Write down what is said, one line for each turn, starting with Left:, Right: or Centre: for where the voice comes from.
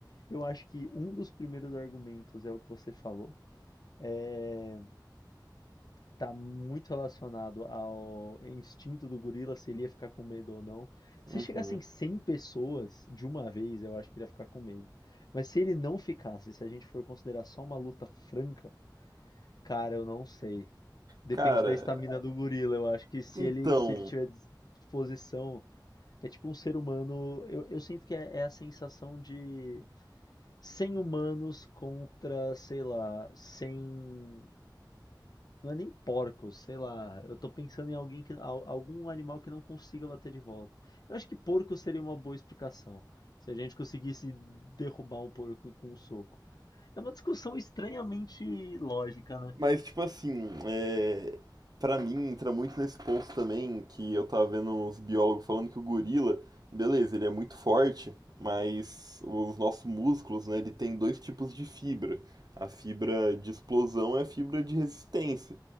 Left: eu acho que um dos primeiros argumentos é o que você falou. É tá muito relacionado ao instinto do gorila, se ele ia ficar com medo ou não.
Right: Uhum.
Left: Se chegassem 100 pessoas de uma vez, eu acho que ele ia ficar com medo. Mas se ele não ficasse, se a gente for considerar só uma luta franca, cara, eu não sei. Depende
Right: Cara,
Left: da estamina do gorila, eu acho que se
Right: então,
Left: ele se ele tiver disposição, é tipo um ser humano, eu, eu sinto que é, é a sensação de 100 humanos contra, sei lá, 100 não é nem porcos, sei lá. Eu tô pensando em alguém que, al- algum animal que não consiga bater de volta. Eu acho que porco seria uma boa explicação. Se a gente conseguisse derrubar um porco com um soco. É uma discussão estranhamente lógica, né?
Right: Mas, tipo assim, é... pra mim entra muito nesse ponto também que eu tava vendo uns biólogos falando que o gorila, beleza, ele é muito forte, mas os nossos músculos, né, ele tem dois tipos de fibra. A fibra de explosão é a fibra de resistência.